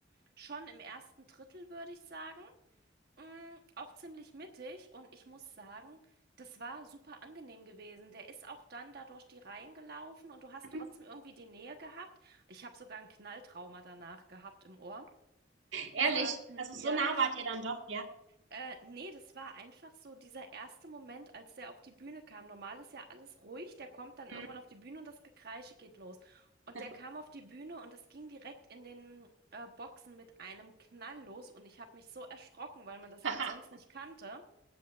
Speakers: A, on the right (about 55°); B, on the right (about 80°).
A: schon im ersten Drittel, würde ich sagen. Mm, auch ziemlich mittig und ich muss sagen, das war super angenehm gewesen. Der ist auch dann da durch die Reihen gelaufen und du hast
B: Mhm.
A: trotzdem irgendwie die Nähe gehabt. Ich habe sogar ein Knalltrauma danach gehabt im Ohr.
B: Ehrlich,
A: Das war, <laughs>
B: also so
A: ja.
B: nah wart ihr dann doch, ja.
A: Äh, nee, das war einfach so dieser erste Moment, als der auf die Bühne kam. Normal ist ja alles ruhig, der kommt dann
B: Mhm.
A: irgendwann auf die Bühne und das Gekreische geht los. Und
B: <laughs>
A: der kam auf die Bühne und das ging direkt in den äh, Boxen mit einem Knall los und ich habe mich so erschrocken, weil man das
B: Haha.
A: halt sonst nicht kannte.